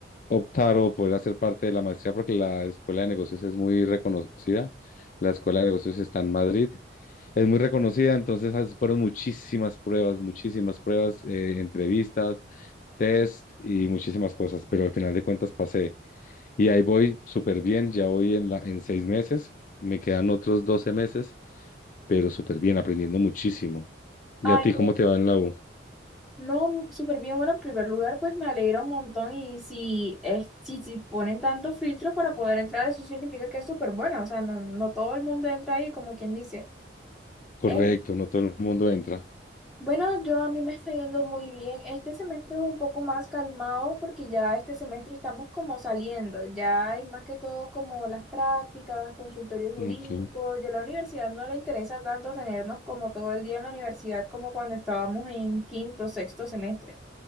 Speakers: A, on the left (about 45°); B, in the centre.
A: optar o poder hacer parte de la maestría porque la escuela de negocios es muy reconocida. La escuela de negocios está en Madrid. Es muy reconocida, entonces as- fueron muchísimas pruebas, muchísimas pruebas, eh, entrevistas, test y muchísimas cosas, pero al final de cuentas pasé. Y ahí voy súper bien, ya voy en, la, en seis meses, me quedan otros 12 meses, pero súper bien, aprendiendo muchísimo. ¿Y
B: Ay,
A: a ti
B: pero-
A: cómo te va en la U?
B: no, súper bien. Bueno, en primer lugar, pues me alegra un montón. Y si, es, si, si ponen tantos filtros para poder entrar, eso significa que es súper bueno. O sea, no, no todo el mundo entra ahí, como quien dice.
A: Correcto,
B: Eh,
A: no todo el mundo entra.
B: Bueno, yo a mí me está yendo muy bien. Este semestre es un poco más calmado porque ya este semestre estamos como saliendo. Ya es más que todo como las prácticas, consultorios jurídicos.
A: Ok.
B: Ya la universidad no le interesa tanto tenernos como todo el día en la universidad como cuando estábamos en quinto, sexto semestre.